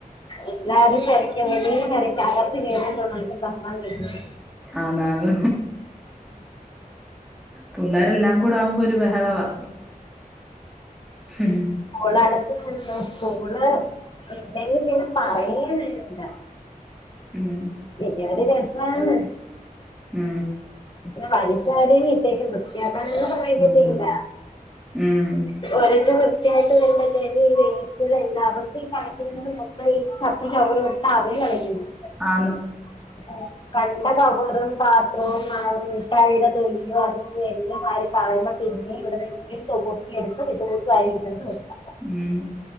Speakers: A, on the left; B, in the centre.
A: എല്ലാരും വെരക്കും <unintelligible> വെരക്കും അകത്ത് <unintelligible> ബഹളം കേക്കുന്നുണ്ട്
B: അതാണ് പിള്ളേരെല്ലാം കൂടെ ആകുമ്പോ ഒരു ബഹളവാ. ഹ് ഹ്
A: സ്കൂൾ അടച്ചു സ്കൂള് ഇല്ലെങ്കിൽ പിന്നെ പറയേംവേണ്ട.
B: ഉം
A: പിന്നെ അത് രസമാണ്
B: ഉം
A: പിന്നെ വലിച്ച് വാരിയങ്ങ് ഇട്ടേക്കും വൃത്തിയാക്കാനൊന്നും സമ്മതിക്കത്തില്ല
B: ഉം ഉം.
A: ഒരോടത്ത് വൃത്തിയായിട്ട് വരുമ്പോത്തേെ ഈ വേസ്റ്റുകൾ എല്ലാവർക്കും ഈ കളിക്കുന്നത്. ഈ ചപ് ചവറ് എടുത്ത അവര് കളിക്കുന്നെ.
B: ആന്ന്
A: <unintelligible> കണ്ട കവറും <unintelligible> മിഠായിയുടെ തൊലിയോ <unintelligible> വാരിക്കളയു പിന്നെ എവിടുന്നെങ്കിലും <unintelligible> എടുത്ത് ഇത് പോത്ത് കാര്രി എടുക്കട്ട് വക്കാം
B: ഉം